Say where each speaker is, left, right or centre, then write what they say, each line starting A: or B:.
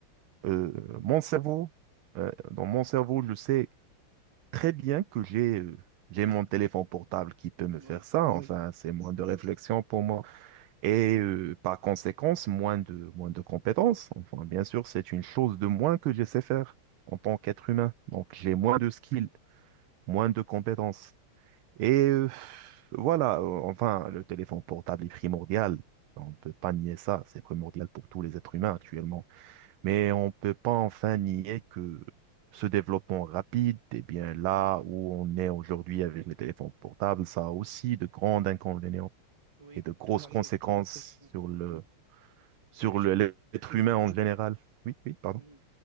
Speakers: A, on the right (about 75°); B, on the right (about 50°).
A: euh, mon cerveau, euh, dans mon cerveau, je sais très bien que j'ai euh, j'ai mon téléphone portable qui peut me
B: Oui,
A: faire ça. Enfin, c'est moins de réflexion pour moi et euh, par conséquence, moins de moins de compétences. Enfin, bien sûr, c'est une chose de moins que je sais faire en tant qu'être humain. Donc, j'ai moins de skills, moins de compétences. Et euh, voilà, euh, enfin, le téléphone portable est primordial. On ne peut pas nier ça, c'est primordial pour tous les êtres humains actuellement. Mais on ne peut pas enfin nier que ce développement rapide, eh bien là où on est aujourd'hui avec les téléphones portables, ça a aussi de grands inconvénients
B: oui,
A: et de grosses
B: tout à
A: conséquences
B: fait. Mhm.
A: sur le, sur
B: Et je,
A: le, l'être humain en général. Oui, oui, pardon.
B: mhm.